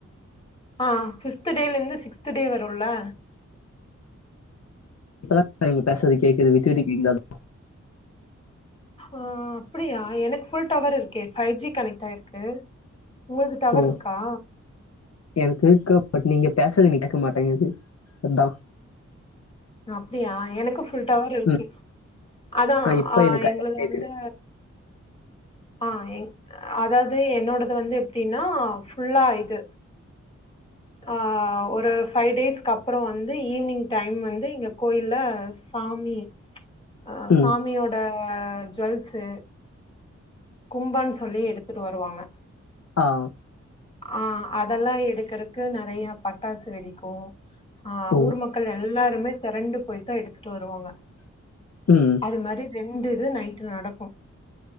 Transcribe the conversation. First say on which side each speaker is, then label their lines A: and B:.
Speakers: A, on the left; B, on the left.
A: ஆ ஃபிப்து டேலெந்து சிக்ஸ்து டே வருல்லே
B: இப்பதா நீங்க பேசறது கேக்குது விட்டு விட்டுகேக்குது
A: ஓ அப்பிடியா எனக் ஃபுல் டவர்ருக்கெ ஃபைவ் ஜி கனெக்ட்டாயிக்கு உங்கள்து டவர்ருக்கா
B: ஓ எனக்கு இருக்கு பட் நீங்க பேசறது எனக்கு கேக்க மாட்டேங்குது அதா
A: அப்டியா எனக்கும் ஃபுல் டவர் இருக்கு
B: ம்
A: அதா
B: ஆ இப்போ
A: அ
B: எனக்கு
A: எங்களுது
B: ஆ கேட்குது
A: வந்து ஆ எ அதாவது என்னோடது வந்து எப்டின்னா ஃபுல்லா இது ஆ ஒரு ஃபைவ் டேஸ்க்கு அப்புறம் வந்து ஈவினிங் டைம் வந்து இங்க கோயில சாமி அ
B: ம்
A: சாமியோட அ ஜுவல்ஸ்சு கும்பன்னு சொல்லி எடுத்துட்டு வருவாங்க
B: ஆ
A: ஆ அதெல்லா எடுக்கறதுக்கு நெறைய பட்டாசு வெடிக்கு ஆ
B: ஓ
A: ஊர் மக்கள் எல்லாருமே திரண்டு போய் தா எடுத்துட்டு வருவாங்க
B: ம்
A: அது மாரி ரெண் இந்த இது நைட்டு நடக்கு